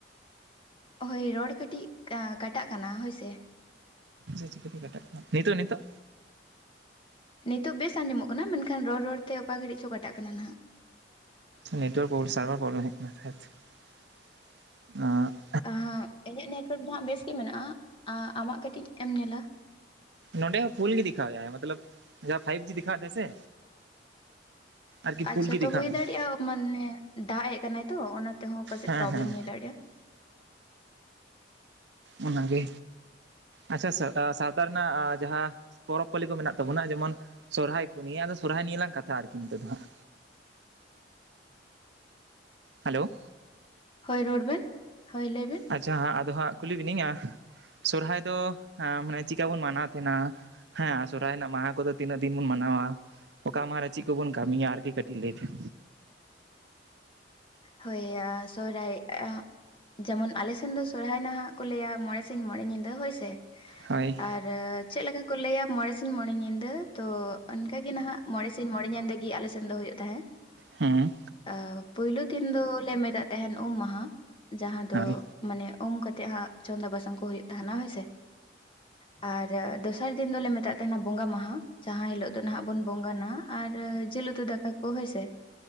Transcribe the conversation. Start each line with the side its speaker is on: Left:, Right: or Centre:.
Left: ᱦᱚᱭ ᱨᱚᱲ ᱠᱟᱹᱴᱤᱡ ᱟᱸ ᱠᱟᱴᱟᱜ ᱠᱟᱱᱟ ᱦᱚᱭ ᱥᱮ
Right: ᱡᱮ ᱪᱤᱠᱟᱹᱛᱮ ᱠᱟᱴᱟᱜ ᱱᱤᱛᱚᱜ ᱱᱤᱛᱚᱜ
Left: ᱱᱤᱛᱚᱜ ᱵᱮᱥ ᱟᱸᱡᱚ ᱢᱚᱜ ᱠᱟᱱᱟ ᱢᱮᱱ ᱠᱷᱟᱱ ᱨᱚᱲ ᱨᱚᱲ ᱛᱮ ᱚᱠᱟ ᱜᱷᱟᱹᱲᱤᱡ ᱪᱚ ᱠᱟᱴᱟᱜ ᱠᱟᱱᱟ ᱱᱷᱟᱜ
Right: ᱱᱮᱴᱣᱟᱨᱠ ᱯᱨᱚᱵᱞᱮᱢ ᱥᱟᱨᱵᱷᱟᱨ ᱯᱨᱚᱵᱞᱮᱢ ᱦᱮᱡᱠᱟᱱᱟ <unintelligible> ᱟᱸᱜ
Left: ᱟᱸᱦᱟᱸᱜ ᱤᱧᱟᱹᱜ ᱱᱮᱴᱣᱟᱨᱠ ᱫᱚ ᱦᱟᱸᱜ ᱵᱮᱥ ᱜᱮ ᱢᱮᱱᱟᱜᱼᱟ, ᱟᱸ ᱟᱢᱟᱜ ᱠᱟᱹᱴᱤᱡ ᱮᱢ ᱧᱮᱞᱟ᱾
Right: ᱱᱚᱸᱰᱮ ᱦᱚᱸ ᱯᱷᱩᱞ ᱜᱮ ᱫᱮᱠᱷᱟᱣᱮᱜᱼᱟᱭ ᱢᱚᱛᱞᱚᱵᱷ ᱡᱟᱦᱟᱸ ᱯᱷᱟᱭᱤᱵᱽ ᱡᱤ ᱫᱮᱠᱷᱟᱣᱮᱫ ᱛᱟᱦᱮᱸᱫ ᱥᱮ ᱟᱨᱠᱤ
Left: ᱟᱪᱪᱷᱟ
Right: ᱯᱷᱩᱞ ᱜᱮ
Left: ᱛᱚ
Right: ᱫᱮᱠᱷᱟᱣ
Left: ᱦᱩᱭ
Right: ᱮᱫᱟᱭ
Left: ᱫᱟᱲᱮᱭᱟᱜᱼᱟ ᱢᱟᱱᱮ ᱫᱟᱜ ᱮᱫ ᱠᱟᱱᱟᱭ ᱛᱚ ᱚᱱᱟ ᱛᱮᱦᱚᱸ ᱯᱟᱪᱷᱮᱫ
Right: ᱦᱮᱸ
Left: ᱯᱨᱚᱵᱞᱮᱢ
Right: ᱦᱮᱸ
Left: ᱦᱩᱭ ᱫᱟᱲᱮᱭᱟᱜᱼᱟ᱾
Right: ᱚᱱᱟᱜᱮ᱾ ᱟᱪᱪᱷᱟ ᱥᱟ ᱟᱸ ᱥᱟᱶᱛᱟ ᱨᱮᱱᱟᱜ ᱡᱟᱦᱟᱸ ᱯᱚᱨᱚᱵ-ᱯᱟᱹᱞᱤ ᱠᱚ ᱢᱮᱱᱟᱜ ᱛᱟᱵᱚᱱᱟ ᱡᱮᱢᱚᱱ ᱥᱚᱨᱦᱟᱭ ᱠᱚ ᱱᱤᱭᱟ ᱟᱫᱚ ᱥᱚᱨᱦᱟᱭ ᱱᱤᱭᱟᱹ ᱞᱟᱝ ᱠᱟᱛᱷᱟᱜᱼᱟ ᱟᱨᱠᱤ ᱱᱤᱛᱚᱜ ᱫᱚ ᱦᱟᱸᱜ᱾ ᱦᱟᱞᱳ᱾
Left: ᱦᱳᱭ ᱨᱚᱲ ᱵᱤᱱ, ᱦᱳᱭ ᱞᱟᱹᱭ ᱵᱤᱱ᱾
Right: ᱟᱪᱪᱷᱟ ᱦᱟᱸᱜ ᱟᱫᱚ ᱦᱟᱸᱜ ᱠᱩᱞᱤ ᱵᱤᱱᱟᱹᱧ ᱟᱸᱦ ᱥᱚᱨᱦᱟᱭ ᱫᱚ ᱟᱸ ᱢᱟᱱᱮ ᱪᱤᱠᱟᱹ ᱵᱚᱱ ᱢᱟᱱᱟᱣ ᱛᱟᱦᱮᱸᱱᱟ? ᱦᱮᱸ ᱥᱚᱨᱦᱟᱭ ᱨᱮᱱᱟᱜ ᱢᱟᱦᱟᱸ ᱠᱚᱫᱚ ᱛᱤᱱᱟᱹᱜ ᱫᱤᱱ ᱵᱚᱱ ᱢᱟᱱᱟᱣᱟ? ᱚᱠᱟ ᱢᱟᱦᱟᱸ ᱨᱮ ᱪᱤᱜ ᱠᱚᱵᱚᱱ ᱠᱟᱹᱢᱤᱭᱟ ᱟᱨᱠᱤ ᱠᱟᱹᱴᱤᱡ ᱞᱟᱹᱭ ᱯᱷᱮᱱ᱾
Left: ᱦᱚᱭ ᱟ ᱥᱚᱦᱨᱟᱭ ᱟᱸᱜ ᱡᱮᱢᱚᱱ ᱟᱞᱮ ᱥᱮᱱ ᱫᱚ ᱥᱚᱨᱦᱟᱭ ᱱᱟᱦᱟᱸᱜ ᱠᱚ ᱞᱟᱹᱭᱟ ᱢᱚᱬᱮ ᱥᱤᱧ ᱢᱚᱬᱮ ᱧᱤᱫᱟᱹ ᱦᱚᱭ ᱥᱮ?
Right: ᱦᱳᱭ᱾
Left: ᱟᱨ ᱪᱮᱜ ᱞᱮᱠᱟ ᱠᱚ ᱞᱟᱹᱭᱟ ᱢᱚᱬᱮ ᱥᱤᱧ ᱢᱚᱬᱮ ᱧᱤᱫᱟᱹ ᱛᱚ ᱚᱱᱠᱟᱜᱮ ᱱᱟᱦᱟᱸᱜ ᱢᱚᱬᱮ ᱥᱤᱧ ᱢᱚᱬᱮ ᱧᱤᱫᱟᱹ ᱜᱤ ᱟᱞᱮ ᱥᱮᱱ ᱫᱚ ᱦᱩᱭᱩᱜ ᱛᱟᱦᱮᱸ᱾
Right: ᱦᱩᱸ᱾
Left: ᱟᱸ ᱯᱩᱭᱞᱩ ᱫᱤᱱ ᱫᱚᱞᱮ ᱢᱮᱛᱟᱜ ᱛᱟᱦᱮᱸᱱ ᱩᱢ ᱢᱟᱦᱟ, ᱡᱟᱦᱟᱸ ᱫᱚ
Right: ᱦᱳᱭ
Left: ᱢᱟᱱᱮ ᱩᱢ ᱠᱟᱛᱮᱜ ᱦᱟᱸᱜ ᱪᱚᱸᱫᱟ ᱵᱟᱥᱟᱝ ᱠᱩ ᱦᱩᱭᱩᱜ ᱛᱟᱦᱮᱸᱱᱟ ᱦᱳᱭ ᱥᱮ, ᱟᱨ ᱫᱚ ᱥᱟᱨ ᱫᱤᱱ ᱫᱚᱞᱮ ᱢᱮᱛᱟᱜ ᱛᱟᱦᱮᱸᱱᱟ ᱵᱚᱸᱜᱟ ᱢᱟᱦᱟ, ᱡᱟᱦᱟᱸ ᱦᱤᱞᱳᱜ ᱫᱚ ᱱᱟᱦᱟᱸᱜ ᱵᱚᱱ ᱵᱚᱸᱜᱟᱱᱟ᱾ ᱟᱨ ᱡᱤᱞ ᱩᱛᱩ ᱫᱟᱠᱟ ᱠᱚ ᱦᱳᱭᱥᱮ,